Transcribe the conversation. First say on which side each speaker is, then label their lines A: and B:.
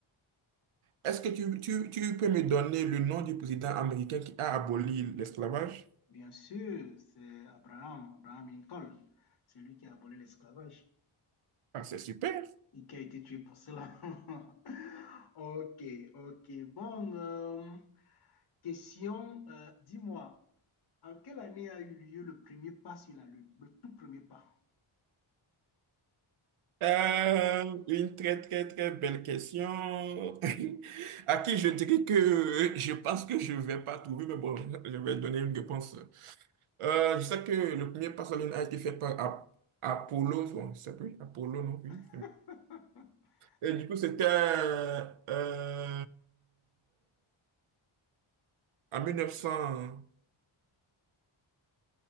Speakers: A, on the right; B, on the left.
A: Est-ce que tu, tu, tu peux me donner le nom du président américain qui a aboli l'esclavage?
B: Bien sûr, c'est Abraham, Abraham Lincoln. C'est lui qui a aboli l'esclavage
A: Ah, c'est super.
B: et qui a été tué pour cela. <laughs> Ok, ok. Bon, euh, question, euh, dis-moi, en quelle année a eu lieu le premier pas sur la Lune? Le tout premier pas.
A: Euh, une très très très belle question <laughs> à qui je dirais que je pense que je vais pas trouver, mais bon, je vais donner une réponse. Euh, je sais que le premier pas sur la Lune a été fait par Ap- Apollo, bon, c'est plus Apollo, non, oui.
B: <laughs>
A: Et du coup, c'était euh, en 1961,